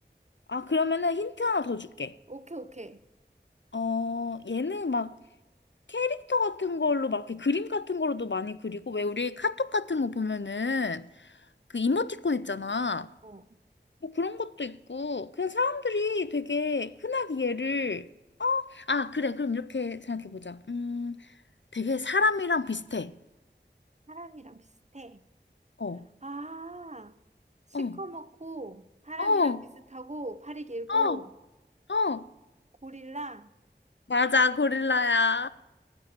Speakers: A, on the left (about 80°); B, on the right (about 40°).
A: 아, 그러면은 힌트 하나 더 줄게.
B: 오케이, 오케이.
A: 어, 얘는 막 캐릭터 같은 걸로 막 이렇게 그림 같은 걸로도 많이 그리고 왜 우리 카톡 같은 거 보면은 그 이모티콘 있잖아.
B: 어,
A: 뭐 그런 것도 있고 그냥 사람들이 되게 흔하게 얘를 아, 그래. 그럼 이렇게 생각해 보자. 음, 되게 사람이랑 비슷해.
B: 사람이랑 비슷해.
A: 어.
B: 아, 시커멓고
A: 어,
B: 사람이랑
A: 어,
B: 비슷하고 팔이 길고
A: 어, 어.
B: 고릴라.
A: 맞아, 고릴라야.